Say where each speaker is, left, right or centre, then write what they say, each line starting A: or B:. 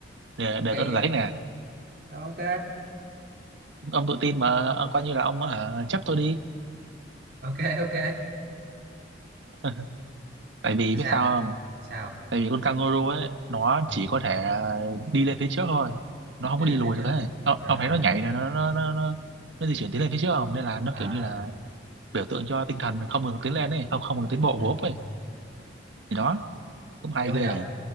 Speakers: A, on the right (about 75°); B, on the right (about 55°).
A: để để
B: cây
A: tôi được giải thích nè
B: ok
A: ông tự tin mà ờ, coi như là ông hả, chấp tôi đi
B: ok ok
A: <laughs> tại vì
B: tại
A: biết
B: sao
A: sao không
B: sao
A: tại vì con kangaroo ấy nó
B: ừ.
A: chỉ có thể đi lên phía trước thôi nó không
B: đi
A: có
B: lên
A: đi lùi
B: phía trước
A: được ấy Ờ,
B: à
A: ông thấy nó nhảy này nó nó nó nó, nó di chuyển tiến lên phía trước không nên là nó
B: à
A: kiểu như là biểu tượng cho tinh thần không ngừng tiến lên ấy không không ngừng tiến bộ
B: ừ.
A: của ốc ấy thì đó cũng hay
B: kiểu hồi
A: ghê
B: đợt
A: nhỉ